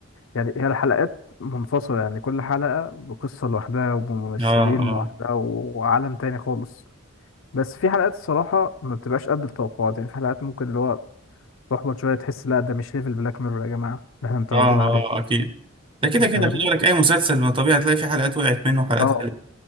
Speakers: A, on the left (about 75°); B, on the right (about 25°).
A: يعني هي الحلقات منفصله يعني كل حلقه بقصه لوحدها وبممثلين
B: اه اه
A: لوحدها وعالم تاني خالص بس في حلقات الصراحه ما بتبقاش قد التوقعات يعني في حلقات ممكن اللي هو تحبط شويه تحس لا ده مش ليفل بلاك ميرور يا جماعه اللي احنا متعودين
B: اه
A: عليه
B: اه اكيد ده كده
A: فاهمني
B: كده خلي بالك اي مسلسل ما طبيعي هتلاقي فيه حلقات وقعت منه وحلقات
A: اه
B: حلوه